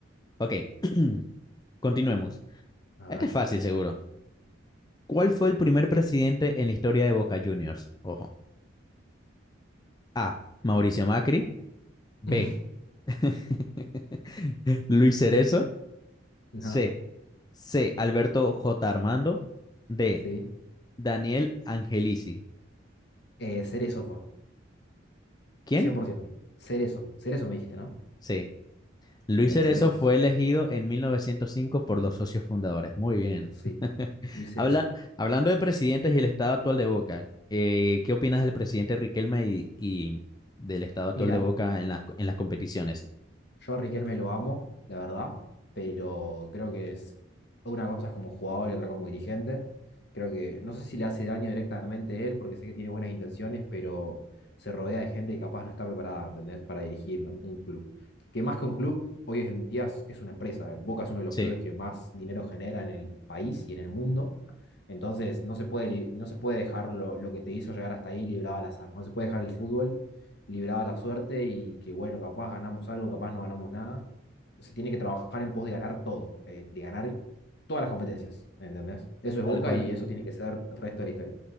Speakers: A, on the left; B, on the left.
A: Ok, <clears throat> continuemos.
B: A
A: Este
B: ver.
A: es fácil, seguro. ¿Cuál fue el primer presidente en la historia de Boca Juniors? Ojo. A. Mauricio Macri. B.
B: <laughs>
A: <laughs> Luis Cerezo,
B: No,
A: C. C. Alberto J. Armando, D.
B: sí.
A: Daniel Angelici.
B: Eh, Cerezo fue.
A: ¿Quién?
B: cien por ciento. Cerezo. Cerezo me dijiste, ¿no?
A: C. Luis
B: Bien,
A: Cerezo
B: Cerezos.
A: fue elegido en 1905 por los socios fundadores. Muy bien.
B: Sí.
A: <laughs>
B: Luis Cerezo.
A: Habla, hablando de presidentes y el estado actual de Boca, eh, ¿qué opinas del presidente Riquelme y, y del estado actual
B: Mira,
A: de Boca en las, en las competiciones?
B: Yo a Riquelme lo amo, la verdad, pero creo que es una cosa es como jugador y otra como dirigente. Creo que no sé si le hace daño directamente a él, porque sé que tiene buenas intenciones, pero se rodea de gente que capaz no está preparada, ¿entendés? Para dirigir un club. Que más que un club, hoy en día es es una empresa. Boca es uno de los
A: Sí,
B: clubes que más dinero genera en el país y en el mundo. Entonces, no se puede, li- no se puede dejar lo, lo que te hizo llegar hasta ahí librado al azar. No se puede dejar el fútbol libraba la suerte y que, bueno, capaz ganamos algo, capaz no ganamos nada. Se tiene que trabajar en pos de ganar todo, eh, de ganar todas las competencias, ¿entendés? Eso es
A: tal
B: Boca
A: cual.
B: y eso tiene que ser el resto de la historia.